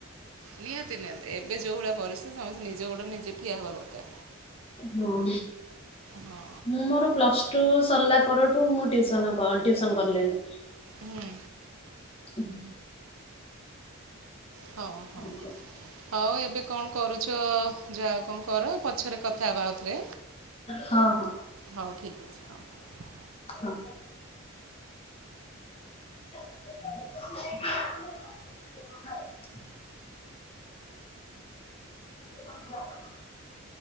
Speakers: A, on the right; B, on the left.
A: ନିହାତି ନିହାତି ଏବେ ଜଉ ଭଳିଆ ପରିସ୍ଥିତି ସମସ୍ତେ ନିଜ ଗୋଡରେ ନିଜେ ଠିଆ ହେବା ଦରକାର
B: ହଁ
A: ହଁ
B: ମୁଁ ମୋର ପ୍ଲସ ଟୁ ସରିଲା ପରଠୁ ମୁଁ ଟିଉସନ କ ଟିଉସନ୍ କଲିଣି।
A: ହୁଁ।
B: ଉଃ।
A: ହଉ
B: <unintelligible>
A: ହଉ ହଉ ଏବେ କଣ କରୁଚ ଯାଅ କଣ କର ପଛରେ କଥା ହେବା ଆଉଥରେ।
B: ହଁ ହଁ
A: ହଉ ଠିକ ଅଛି ହଁ।
B: ହଁ। <inaudible> <inaudible>